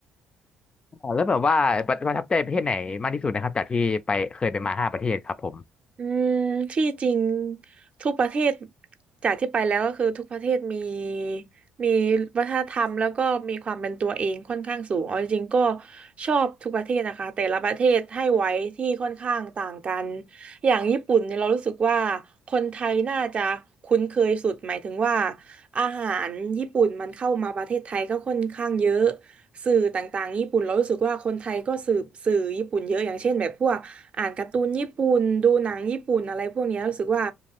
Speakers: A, on the left; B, on the right.
A: แล้วแบบว่าประประทับใจประเทศไหนมากที่สุดนะครับจากที่ไปเคยไปมาห้าประเทศครับผม
B: อืมที่จริงทุกประเทศจากที่ไปแล้วก็คือทุกประเทศมีมีวัฒนธรรมแล้วก็มีความเป็นตัวเองค่อนข้างสูงเอาจริงๆก็ชอบทุกประเทศนะคะแต่ละประเทศให้ไว้ที่ค่อนข้างต่างกันอย่างญี่ปุ่นเนี่ยเรารู้สึกว่าคนไทยน่าจะคุ้นเคยสุดหมายถึงว่าอาหารญี่ปุ่นมันเข้ามาประเทศไทยก็ค่อนข้างเยอะสื่อต่างๆญี่ปุ่นเรารู้สึกว่าคนไทยก็สืบสื่อญี่ปุ่นเยอะอย่างเช่นแบบพวก อ่านการ์ตูนญี่ปุ่นดูหนังญี่ปุ่นอะไรพวกเนี้ยรู้สึกว่า